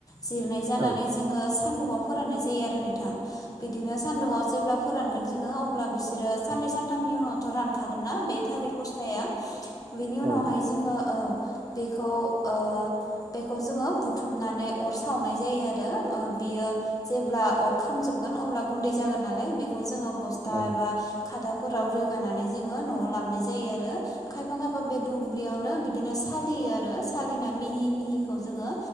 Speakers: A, on the left; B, on the right.
A: जिरनाय जानानै
B: औ
A: जोङो सान्दुंङाव फोराननाय जायो आरो नोंथां बिदिनो सान्दुङाव जेब्ला फोरानगोन जोङो अब्ला बिसोरो साननै सानथामनि उनावथ' रानखागोन ना बे थालिर फस्लाया बेनि उनावहाय
B: औ नंगौ
A: जोङो औ बेखौ ओ बेखौ जोङो बुथुमनानै अर सावनाय जायो आरो ओ बेयो जेब्ला अर खामजोब गोन अब्ला गुन्दै जागोन नालाय बेखौ जोङो बस्था
B: औ
A: एबा खादाफोराव रोगानानै जोङो न'आव लाबोनाय जायो आरो खायफा खायफा बे दुब्लियावनो बिदिनो सालियो आरो सालिनानै मिहि मिहिखौ जोङो